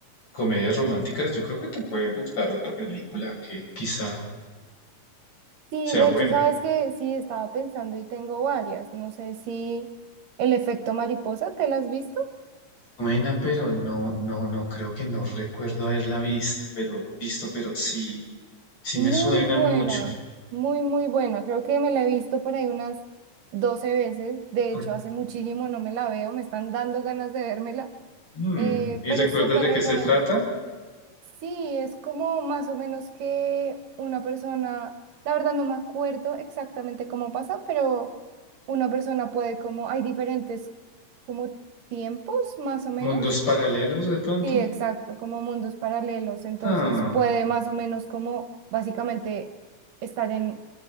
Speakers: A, on the left (about 50°); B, on the right (about 75°).
A: comedias románticas, yo creo que te puede gustar otra película que quizá
B: Sí,
A: sea
B: de
A: buena.
B: hecho, sabes que sí, estaba pensando y tengo varias. No sé si El efecto mariposa, ¿te las has visto?
A: Buena, pero no, no, no creo que no recuerdo haberla vista, pero visto, pero sí, sí
B: Muy
A: me suena
B: buena,
A: mucho.
B: muy, muy buena. Creo que me la he visto por ahí unas 12 veces. De
A: Con-
B: hecho, hace muchísimo no me la veo. Me están dando ganas de vérmela.
A: mm,
B: Eh,
A: ¿Y
B: pero
A: recuerdas
B: súper
A: de
B: recomendable.
A: qué se trata?
B: Sí, es como más o menos que una persona, la verdad no me acuerdo exactamente cómo pasa, pero una persona puede como, hay diferentes como tiempos más o menos
A: ¿Mundos paralelos de pronto?
B: Sí, exacto, como mundos paralelos, entonces
A: Ah.
B: puede más o menos como básicamente estar en,